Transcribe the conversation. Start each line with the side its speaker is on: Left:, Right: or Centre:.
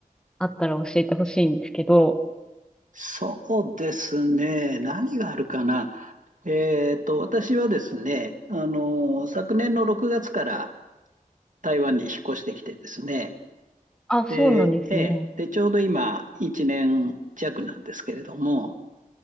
Centre: あったら教えてほしいんですけど、
Right: そうですね。何があるかな。えっと、私はですね、あの、昨年の6月から台湾に引っ越してきてですね、
Centre: あ、
Right: で、
Centre: そうなんですね。
Right: ええ、で、ちょうど今、1年弱なんですけれども、